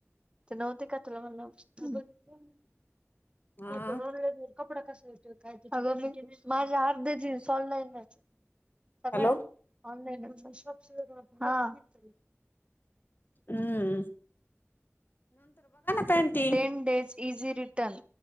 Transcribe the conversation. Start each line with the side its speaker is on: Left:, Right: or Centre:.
Right: ते नव्हती का तुला म्हणलं, बघितलं नाही
Left: हा
Right: <unintelligible> कपडा कसा येतोय, काय येतोय? <unintelligible> अगं पण माझ्या अर्ध्या जीन्स ऑनलाइन आहेत. सगळ्या
Left: हॅलो
Right: ऑनलाईन आहे म्हणजे शॉपसीवरून <unintelligible>
Left: हूं.. panty
Right: ten days easy return,